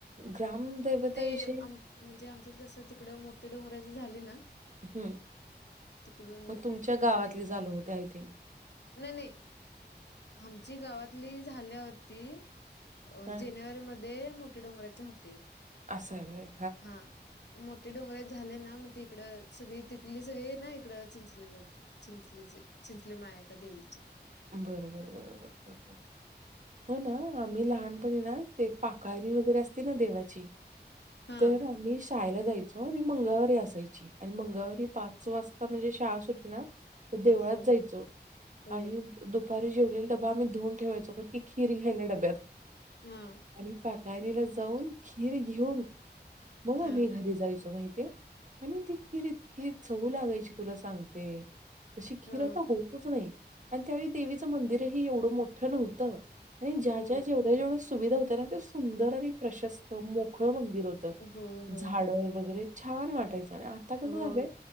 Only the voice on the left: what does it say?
ते म्हणजे आमच्यात कस तिकडं मोठे डोंगराची झाली ना
तिकडून
नाही नाही आमची गावातली झाल्यावरती अ
जानेवारी मध्ये मोठे डोंगराचे होते
हा मोठे डोंगर झाले ना मग तिकडं सगळी तिथली सगळे ना इकड चिंचलेले चिंचलीचे चिंचली मायाका देवीच्या
हा
हो
हो
हा
हा
हो
हो
हो हो
हो